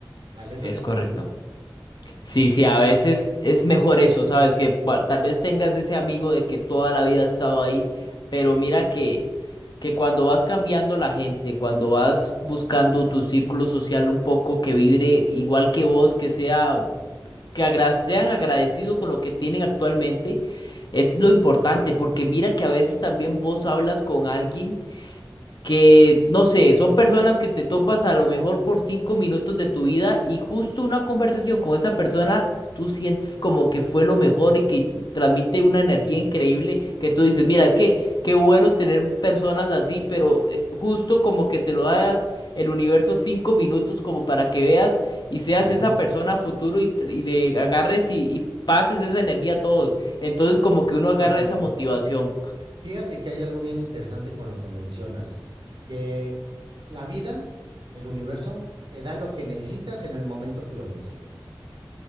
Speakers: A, on the right; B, on the left.
A: te alejas
B: Es
A: de
B: correcto.
A: tu vida. Mm,
B: Sí,
A: Es
B: sí, a veces es mejor eso, ¿sabes? Que pa- tal vez tengas ese amigo de que toda la vida ha estado ahí, pero mira que, que cuando vas cambiando la gente, cuando vas buscando tu círculo social un poco que vibre igual que vos, que sea que agra- sean agradecidos con lo que tienen actualmente es lo importante, porque mira que a veces también vos hablas con alguien que, no sé, son personas que te topas a lo mejor por cinco minutos de tu vida y justo una conversación con esa persona, tú sientes como que fue lo mejor y que transmite una energía increíble que tú dices, mira, es que qué bueno tener personas así, pero eh, justo como que te lo da el universo cinco minutos como para que veas y seas
A: ujú,
B: esa persona a futuro y, tr- y le agarres y, y pases esa energía a todos. Entonces como que uno agarra
A: totalmente.
B: esa motivación.
A: Fíjate que hay algo bien interesante con lo que mencionas. De la vida, el universo, te da lo que necesitas en el momento que lo necesitas.